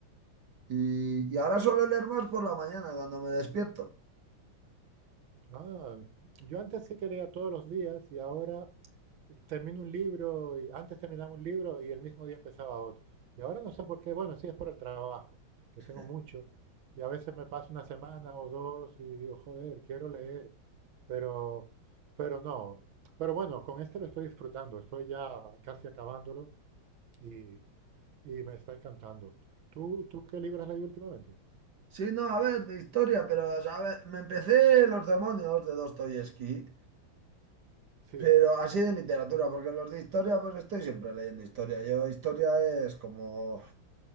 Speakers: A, on the right (about 60°); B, on the right (about 75°).
A: Y, y ahora suelo leer más por la mañana cuando me despierto.
B: Ah, yo antes sí que leía todos los días y ahora termino un libro y antes terminaba un libro y el mismo día empezaba otro. Y ahora no sé por qué, bueno, sí es por el trabajo,
A: <laughs>
B: que tengo mucho y a veces me paso una semana o dos y digo, joder, quiero leer, pero pero no. Pero bueno, con este lo estoy disfrutando, estoy ya casi acabándolo y, y me está encantando. ¿Tú, tú qué libro has leído últimamente?
A: Sí, no, a ver, de historia, pero, o sea, a ver, me empecé Los demonios de Dostoyevsky,
B: Sí,
A: pero así de literatura, porque los de historia, pues estoy siempre leyendo historia. Yo, historia es como,